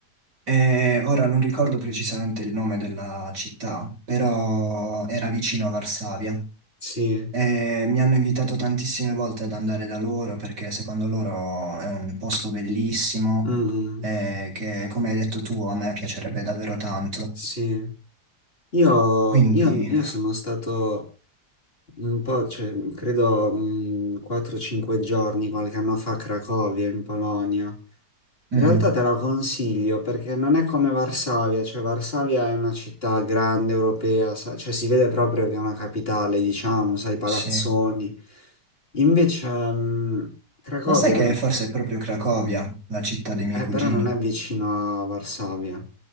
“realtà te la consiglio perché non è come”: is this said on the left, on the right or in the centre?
Left